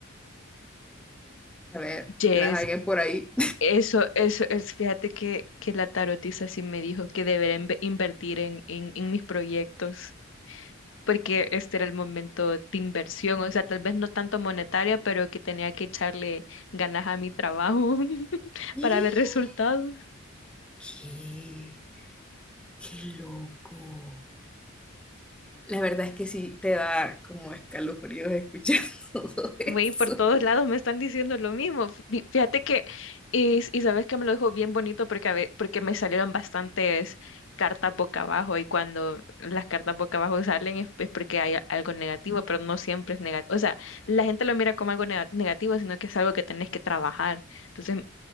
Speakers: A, in the centre; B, on the left (about 70°).
A: A ver,
B: Yes,
A: ¿tenés a alguien por ahí?
B: eso, eso es, fíjate que, que la tarotista sí me dijo que debería inve- invertir en, en, en mis proyectos, porque este era el momento de inversión, o sea, tal vez no tanto monetaria, pero que tenía que echarle ganas a mi trabajo <laughs>
A: <gasps>
B: para ver resultados.
A: ¿Qué? ¡Qué loco! La verdad es que sí te da como escalofríos escuchar <laughs> todo eso.
B: Güey, por todos lados me están diciendo lo mismo. Fí- Fíjate que, y, y sabes que me lo dijo bien bonito porque, a ve- porque me salieron bastantes cartas boca abajo y cuando las cartas boca abajo salen es, es porque hay a- algo negativo, pero no siempre es negativo. O sea, la gente lo mira como algo nega- negativo, sino que es algo que tenés que trabajar. Entonces,